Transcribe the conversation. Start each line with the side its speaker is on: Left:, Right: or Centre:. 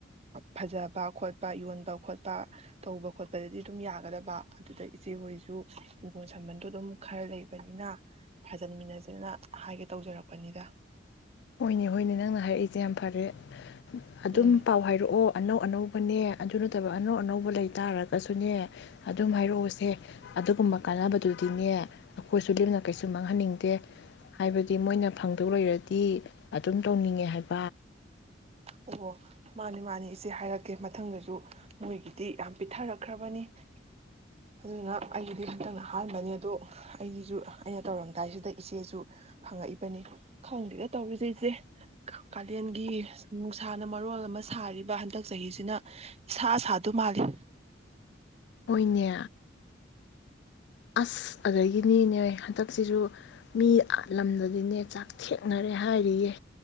Right: ꯐꯖꯕ ꯈꯣꯠꯄ ꯌꯣꯟꯕ ꯈꯣꯠꯄ ꯇꯧꯕ ꯈꯣꯠꯄꯗꯗꯤ ꯑꯗꯨꯝ ꯌꯥꯒꯗꯕ ꯑꯗꯨꯗ ꯏꯆꯦ ꯍꯣꯏꯁꯨ ꯍꯪꯒꯣꯜ ꯁꯥꯝꯕꯟꯗꯣ ꯑꯗꯨꯝ ꯈꯔ ꯂꯩꯕꯅꯤꯅ ꯐꯥꯖꯟꯃꯤꯟꯅꯁꯤꯅ ꯍꯥꯏꯒꯦ ꯇꯧꯖꯔꯛꯄꯅꯤꯗ
Left: ꯍꯣꯏꯅꯦ ꯍꯣꯏꯅꯦ ꯅꯪꯅ ꯍꯥꯏꯔꯛꯏꯁꯦ ꯌꯥꯝ ꯐꯔꯦ ꯑꯗꯨꯝ
Right: ꯎꯝ
Left: ꯄꯥꯎ ꯍꯥꯏꯔꯛꯑꯣ ꯑꯅꯧ ꯑꯅꯧꯕ ꯑꯩꯈꯣꯏꯅꯦ ꯑꯗꯨ ꯅꯠꯇꯕ ꯑꯅꯧ ꯑꯅꯧꯕ ꯂꯩ ꯇꯥꯔꯒꯁꯨꯅꯦ ꯑꯗꯨꯝ ꯍꯥꯏꯔꯛꯑꯣꯁꯦ ꯑꯗꯨꯒꯨꯝꯕ ꯀꯥꯟꯅꯕꯗꯨꯗꯤꯅꯦ ꯑꯩꯈꯣꯏꯁꯨ ꯂꯦꯝꯅ ꯀꯩꯁꯨ ꯃꯥꯡꯍꯟꯅꯤꯡꯗꯦ ꯍꯥꯏꯕꯗꯤ ꯃꯣꯏꯅ ꯐꯪꯗꯧ ꯂꯩꯔꯗꯤ ꯤ ꯑꯗꯨꯝ ꯇꯧꯅꯤꯡꯉꯦ ꯍꯥꯏꯕ
Right: ꯑꯣ ꯃꯥꯅꯤ ꯃꯥꯅꯤ ꯏꯆꯦ ꯍꯥꯏꯔꯛꯀꯦ ꯃꯊꯪꯗꯁꯨ ꯃꯣꯏꯒꯤꯗꯤ ꯌꯥꯝ ꯄꯤꯊꯔꯛꯈ꯭ꯔꯕꯅꯤ ꯑꯗꯨꯅ ꯑꯩꯒꯤꯗꯤ ꯍꯟꯇꯪꯅ ꯑꯍꯥꯟꯕꯅꯤ ꯑꯗꯣ ꯑꯩꯒꯤꯁꯨ ꯑꯩꯅ ꯇꯧꯔꯝꯗꯥꯏꯁꯤꯗ ꯏꯆꯦꯁꯨ ꯍꯪꯉꯛꯏꯕꯅꯤ ꯈꯪꯗꯦꯗ ꯇꯧꯔꯤꯁꯦ ꯏꯆꯦ ꯀꯥꯂꯦꯟꯒꯤ ꯅꯨꯡꯁꯥꯅ ꯃꯔꯣꯜ ꯑꯃ ꯁꯥꯔꯤꯕ ꯍꯟꯗꯛ ꯆꯍꯤꯁꯤꯅ ꯏꯁꯥ ꯁꯥꯗ ꯃꯥꯜꯂꯤ
Left: ꯍꯣꯏꯅꯦ ꯑꯁ ꯑꯗꯨꯗꯒꯤꯅꯤꯅꯦ ꯍꯟꯗꯛꯁꯤꯁꯨ ꯃꯤ ꯂꯝꯗꯗꯤꯅꯦ ꯆꯥꯛ ꯊꯦꯡꯅꯔꯦ ꯍꯥꯏꯔꯤꯌꯦꯦ